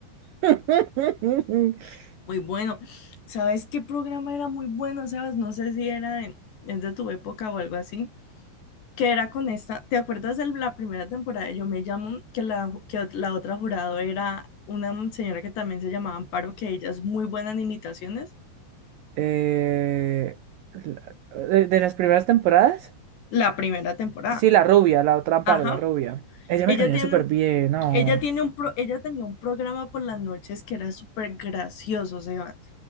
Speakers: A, on the right (about 85°); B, on the left (about 65°).
A: <laughs>
B: Muy bueno. ¿Sabes qué programa era muy bueno, Sebas? No sé si era de, es de tu época o algo así. Que era con esta, ¿te acuerdas de la primera temporada? de Yo me llamo, que la, que la otra jurado era una señora que también se llamaba Amparo, que ella es muy buena en imitaciones.
A: Eh, la- de, de las primeras temporadas.
B: La primera temporada.
A: Sí, la rubia, la otra Amparo,
B: Ajá.
A: la rubia. Ella
B: Ella
A: me caía
B: tiene,
A: súper bien, no.
B: ella tiene un pro- ella tenía un programa por las noches que era súper gracioso, Sebas.